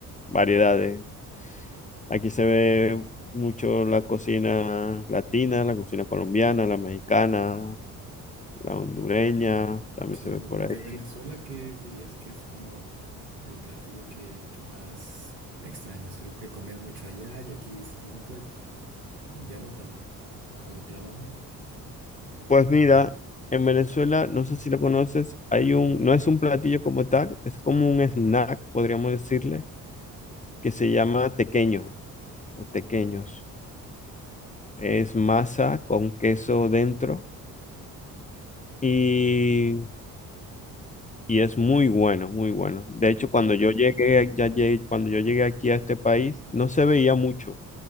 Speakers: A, on the left; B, on the right.
A: variedades. Aquí se ve mucho la cocina latina, la cocina colombiana, la mexicana, la hondureña, también
B: Sí,
A: se ve por
B: y
A: ahí.
B: de Venezuela, ¿qué dirías que es como el platillo que, que más extrañas? Algo que comías mucho allá y aquí dices, no, pues ya no tanto, o de plano no.
A: Pues mira, en Venezuela, no sé si lo conoces, hay un, no es un platillo como tal, es como un snack, podríamos decirle, que se llama tequeño o tequeños. Es masa con queso dentro y, y es muy bueno, muy bueno. De hecho,
B: Ok,
A: cuando
B: y
A: yo llegué, ya llegué- cuando yo llegué aquí a este país, no se veía mucho.